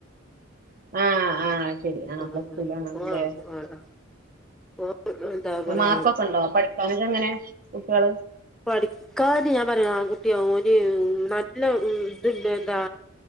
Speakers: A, on the right; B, in the centre.
A: ആഹ ആഹ് ശരി ആ
B: ആഹ്
A: പ്ലസ്ടുആണല്ലേ
B: ആഹ് ആഹ് ആഹ് ഓ എന്താ പറയാ
A: മാർക്കൊക്കെ ഉണ്ടോ പഠിക്കാനോക്കെങ്ങനെ കുട്ട്യാൾ
B: പഠിക്കാ ഞാൻ പറയ ആ കുട്ടിയ ന് നല്ല ഇത്ണ്ട് എന്താ